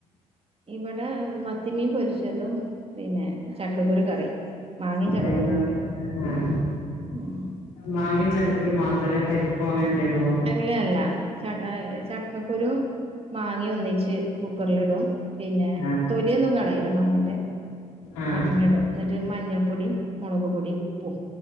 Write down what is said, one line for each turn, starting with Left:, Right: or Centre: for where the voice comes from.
Right: ഇവിടെ മത്തിമീൻ പൊരിച്ചതും പിന്നെ ചക്കക്കുരു കറി മാങ്ങയും ചക്കക്കുരും
Left: ഏ ഇങ്ങള്
Right: കറി
Left: ആഹ്
Right: ഉം
Left: മാങ്ങി ചക്കക്കുരൂം മാത്രടാ പരിപ്പോ അങ്ങനെ എന്തേലും ഇടോ?
Right: അല്ലല്ല ച ചക്കക്കുരു മാങ്ങി ഒന്നിച്ച് കുക്കറിലിടും പിന്നെ
Left: ആഹ്
Right: തൊലിയൊന്നും കളയൂല മാങ്ങന്റെ
Left: ആഹ്
Right: അങ്ങനടും എന്നിട്ട് മഞ്ഞൾപ്പൊടി മുളക്പൊടി പ്പും